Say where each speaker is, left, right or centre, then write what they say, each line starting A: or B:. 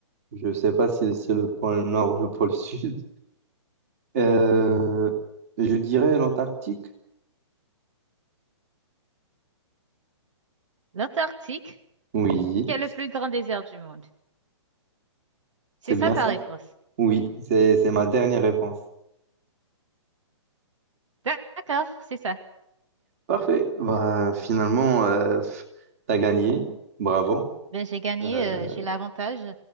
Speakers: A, on the right; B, on the right.
A: Je sais pas si c'est le pôle Nord ou le pôle <laughs> Sud. Euh, je dirais l'Antarctique.
B: L'Antarctique,
A: Oui,
B: qui est le plus grand désert du monde? C'est
A: c'est
B: ça
A: bien
B: ta
A: ça.
B: réponse.
A: Oui, c'est c'est ma dernière réponse.
B: D'accord, c'est ça.
A: Parfait. Bah, finalement, euh, pff, t'as gagné. Bravo.
B: Ben j'ai gagné,
A: Euh,
B: euh, j'ai l'avantage